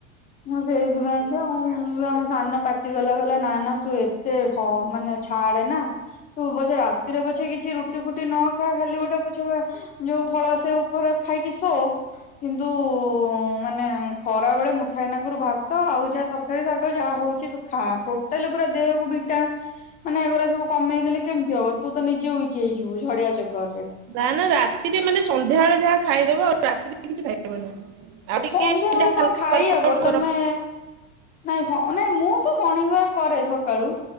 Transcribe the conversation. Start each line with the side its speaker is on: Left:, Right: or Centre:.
Left: ମୁଁ ସେଇଥିପାଇଁ ତ ଆଉ ବି ଆମ ସାନ ପାଟି କଲା କହିଲା ନାଁ ନାଁ ତୁ ଏ ତେ ହ ମାନେ ଛାଡ଼େ ନା। ତୁ ପଛେ ରାତିରେ ପଛେ କିଛି ରୁଟି ଫୁଟି ନ ଖା ଖାଲି ଗୋଟେ ପଛେ ଯୋଉ ଫଳ ସେଉ ଫଳ ଖାଇକି ଶୋ କିନ୍ତୁ। ମାନେ ଖରା ବେଳେ ମୁଠାଏ ନାକୁରୁ ଭାତ ଆଉ ଯାହା ତରକାରୀ, ଶାଗ ଯାହା ହଉଚି ତୁ ଖା ଟୋ ଟାଲ ପୁରା ଦେହକୁ ଭିଟା ମାନେ ଏଗୁଡା ସବୁ କମେଇ ଦେଲେ କେମିତି ହବ ତୁ ତ ନିଜେ ୱି କି ହେଇଯିବୁ ଝଡିଆ ଚକର୍ ରେ।
Right: ନାଁ ନାଁ ରାତିରେ ମାନେ ସନ୍ଧ୍ୟାବେଳେ ଯାହା ଖାଇଦବ ଆଉ ରାତିରେ କିଛି ଖାଇବନି। ଆଉ ଟିକେ
Left: ସନ୍ଧ୍ୟା ବେଳେ
Right: ହାଲକା
Left: କଁ ଖାଇ
Right: ୱାର୍କ
Left: ହବ
Right: ଆଉଟ କର।
Left: ତମେ। ନାଇଁ ସ ନା ମୁଁ ତ ମର୍ଣ୍ଣିଙ୍ଗ ୱାକ୍ କରେ ସକାଳୁ।